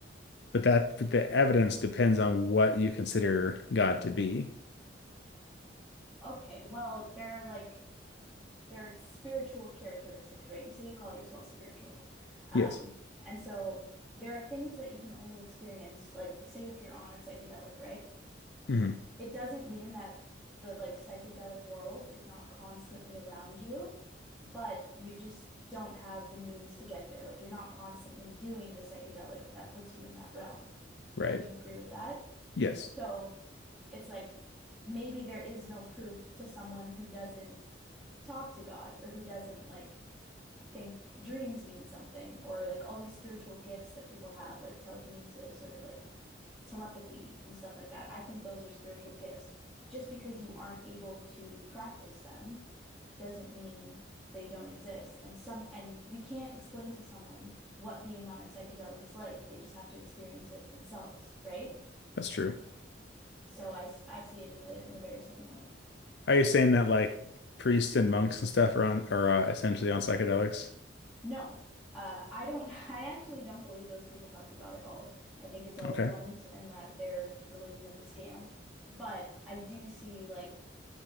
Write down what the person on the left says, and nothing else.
but that but the evidence depends on what you consider God to be.
Yes.
hmm
Right.
Yes,
that's true.
Are you saying that like priests and monks and stuff are on are uh, essentially on psychedelics?
Okay.